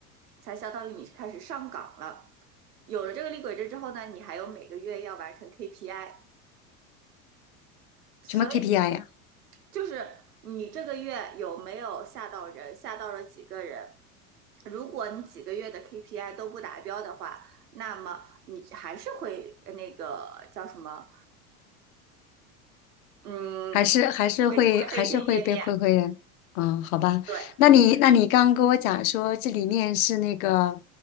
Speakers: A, on the right; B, on the left.
A: 才相当于你开始上岗了。有了这个厉鬼证之后呢，你还有每个月要完成 KPI，所以
B: 什么 KPI 呀？
A: 就是你这个月有没有吓到人，吓到了几个人。如果你几个月的 KPI 都不达标的话，那么你还是会呃那个叫什么，嗯，
B: 还是还是会还是会被灰灰人，
A: 会会灰飞烟灭。
B: 嗯，好吧。
A: 对，
B: 那你那你刚刚跟我讲说这里面是那个，